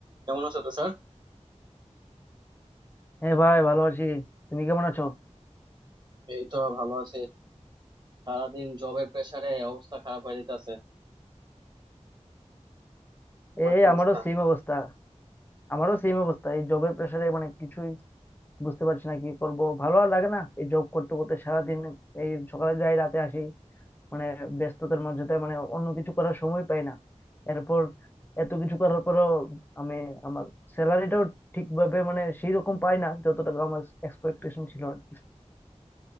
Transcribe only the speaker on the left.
হ্যাঁ ভাই ভালো আছি তুমি কেমন আছো
এই
আমারও সেম অবস্থা আমারও সেম অবস্থা এই জবের প্রেশারে মানে কিছুই বুঝতে পারছি না কি করব ভালো আর লাগে না এই জব করতে করতে সারাদিন এই সকালে যাই রাতে আসি মানে ব্যস্ততার মাঝে তো মানে অন্য কিছু করার সময় পাই না এরপর এত কিছু করার পরেও আমি আমার স্যালারিটাও ঠিকভাবে মানে সেই রকম পাই না যত টাকা আমার এক্সপেকটেশন ছিল আর কি